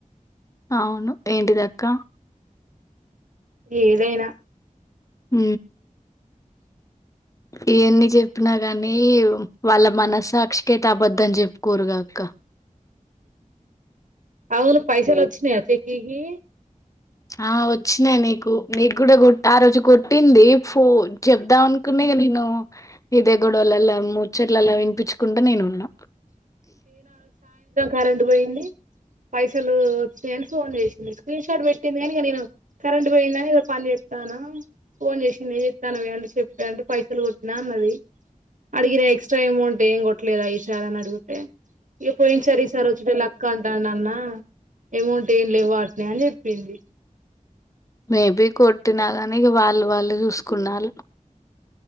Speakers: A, on the left (about 25°); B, on the right (about 65°).
A: అవును ఏంటిదక్క
B: ఏదైనా
A: ఉ ఇవన్ని చెప్పినా కాని వాళ్ళ మనస్సక్షిికైతే అబద్దం చెప్పుకోరుగాక్క
B: అవును పైసలు వచ్చినయ సితికి
A: ఆ వచ్చినాయి నీకు నీకు కూడా కొట్ ఆ రోజు కొట్టింది ఫో చెప్దాం అనుకునే ఇ నేను ఇదే గొడవలలా ముచ్చట్ల అల్ల వినిపించుకుంట నేను ఉన్నా
B: కరెంటు పోయింది పైసలు వచ్చాయని ఫోన్ చేసింది స్క్రీన్ షాట్ పెట్టింది కాని ఇగ నేను కరెంట్ పోయింది అని పని చేస్ చెప్స్తాను ఫోన్ చేసింది చెస్తాను వడి చెప్పా పైసలు కొట్టినా అన్నది అడిగిన ఎక్స్ట్రా అమౌంట్ ఏం కొట్టలేద ఈ సార్ అని అడుగు అ ఇ పోయిన్ సారి చరీ సారి వచ్చిట్ లక్క ఉంటాన్న న్నా అమౌంట్ ఏం లేవు వాటిని అని చెప్పింది
A: మేబి కొట్టిన కానీ వాళ్ళు వాళ్ళు చూసుకున్నారు